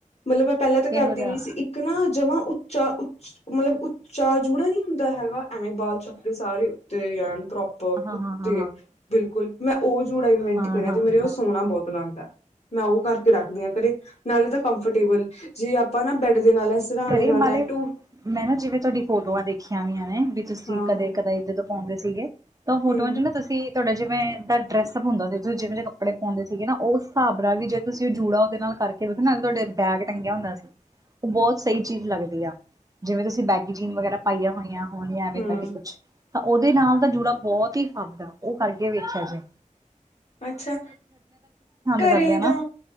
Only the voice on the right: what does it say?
ਇਹੋ ਜਿਹਾ
ਹਾਂ
ਹਾਂ ਹਾਂ ਹਾਂ
ਹਾਂ
ਹਾਂ
ਹਾਂ
ਘਰੇ
ਮੇ
ਮੈਂ ਨਾ ਜਿਵੇਂ ਤੁਹਾਡੀ ਫੋਟੋਆਂ ਦੇਖੀਆਂ ਵੀਆਂ ਵੀ ਤੁਸੀਂ
ਕਦੇ ਕਦੇ ਇੱਧਰ ਤੋਂ ਪਾਉਂਦੇ ਸੀਗੇ ਤਾਂ ਉਹ ਫੋਟੋਆਂ
ਚ ਨਾ ਤੁਸੀਂ ਤੁਹਾਡਾ ਜਿਵੇਂ ਦਾ ਡਰੈਸਅਪ ਹੁੰਦਾ ਸੀ ਤੁਸੀਂ ਜਿਵੇਂ ਜੇ ਕੱਪੜੇ ਪਾਉਂਦੇ ਸੀਗੇ ਨਾ ਉਸ ਹਿਸਾਬ ਨਾਲ ਵੀ ਜੇ ਤੁਸੀਂ ਉਹ ਜੂੜਾ ਉਹਦੇ ਨਾਲ ਕਰਕੇ ਵੀਖ ਨਾ ਤੁਹਾਡੇ ਬੈਗ ਟੰਗਿਆ ਹੁੰਦਾ ਸੀ ਉਹ ਬਹੁਤ ਸਹੀ ਚੀਜ਼ ਲੱਗਦੀ ਆ ਜਿਵੇਂ ਤੁਸੀਂ ਬੈਗੀ ਜੀਨ ਵਗੈਰਾ ਪਾਈਆਂ ਹੋਈਆਂ ਹੋਣੀ ਆਵੇ
ਕਰਕੇ ਕੁਛ ਤਾਂ ਉਹਦੇ ਨਾਲ ਤਾਂ ਜੁੜਾ ਬਹੁਤ ਹੀ ਫੱਬਦਾ ਉਹ ਕਰਕੇ ਵੇਖਿਆ ਸੀ
ਕਰਦੇ ਆ ਨਾ